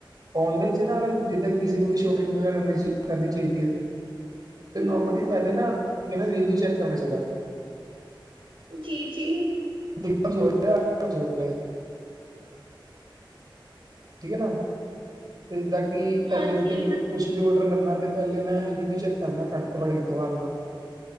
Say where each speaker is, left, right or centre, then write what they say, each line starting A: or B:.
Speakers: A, on the right (about 50°); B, on the right (about 80°).
A: ਔਨਲਾਈਨ 'ਚ ਨਾ ਜਿੱਦਾਂ ਕਿਸੇ ਨੂੰ ਵੀ ਸ਼ੋਪਿੰਗ ਵਗੈਰਾ। ਕਰਨੀ ਚਾਇਦੀ ਏ ਤੇ
B: ਹਮ
A: ਨਾਰਮਲੀ ਪਹਿਲੇ ਨਾ ਰਿਵਿਊ ਚੈੱਕ ਕਰਨਾ ਚਾਈਦਾ।
B: ਜੀ-ਜੀ।
A: <unintelligible> ਠੀਕ ਏ ਨਾ ਤੇ ਜਿੱਦਾਂ ਕਿ ਪਹਿਲੇ
B: ਹਾਂਜੀ
A: ਜਿੱਦਾਂ ਕਿ। ਕੁਛ ਵੀ ਔਡਰ ਕਰਨਾ ਤੇ ਪਹਿਲੇ ਮੈਂ ਰਿਵਿਊ ਚੈੱਕ ਕਰਨਾ ਘੱਟ ਤੋਂ ਘੱਟ ਇੱਕ ਦੋ ਵਾਰ ਉਹਦਾ।